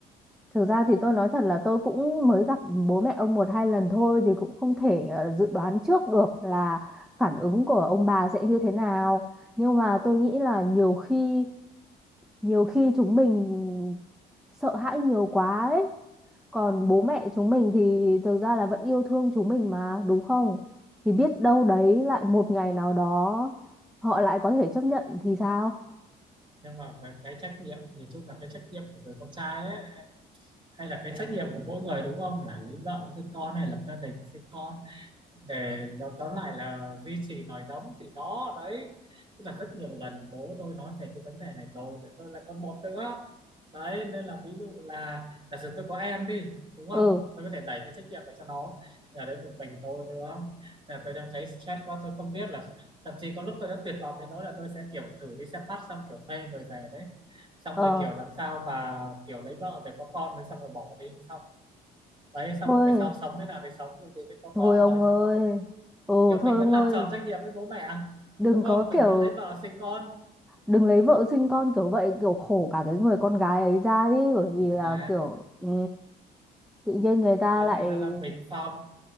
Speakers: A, in the centre; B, on the right (about 30°).
A: thực ra thì tôi nói thật là tôi cũng mới gặp bố mẹ ông một hai lần thôi thì cũng không thể ờ, dự đoán trước được là phản ứng của ông bà sẽ như thế nào nhưng mà tôi nghĩ là nhiều khi nhiều khi chúng mình sợ hãi nhiều quá ấy còn bố mẹ chúng mình thì thực ra là vẫn yêu thương chúng mình mà đúng không thì biết đâu đấy lại một ngày nào đó họ lại có thể chấp nhận thì sao
B: nhưng mà về cái trách nhiệm nhìn chung là cái trách nhiệm của người con trai ấy hay là cái trách nhiệm của mỗi người đúng không là lấy vợ sinh con hay lập gia đình sinh con để nó- tóm lại là duy trì nòi giống thì đó đấy tức là rất nhiều lần bố tôi nói về cái vấn đề này rồi tại tôi là con một nữa đấy nên là ví dụ là giả sử tôi có em đi đúng không
A: ừ
B: tôi có thể đẩy cái trách nhiệm về cho nó nhà đến một mình tôi đúng không là tôi đang thấy stress quá tôi không biết là thậm chí có lúc tôi đã tuyệt vọng đến nỗi là tôi sẽ kiểu thử đi xe bắt xong kiểu thuê người về đấy xong
A: ờ
B: rồi kiểu làm sao mà kiểu lấy vợ rồi có con rồi xong rồi bỏ đi xong đấy xong
A: thôi
B: rồi cái sau sống thế nào thì sống dù gì mới có
A: thôi
B: con
A: ông
B: rồi
A: ơi
B: sau đó mình
A: ừ
B: kiểu mình
A: thôi ông
B: vẫn làm
A: ơi
B: tròn trách nhiệm với bố mẹ
A: đừng
B: đúng không
A: có
B: mình
A: kiểu
B: vẫn lấy vợ sinh con
A: đừng lấy vợ sinh con kiểu vậy kiểu khổ cả cái người con gái ấy ra đi bởi vì
B: thì
A: là
B: thế
A: kiểu ừ, tự nhiên người ta
B: lấy
A: lại
B: người ta làm bình phong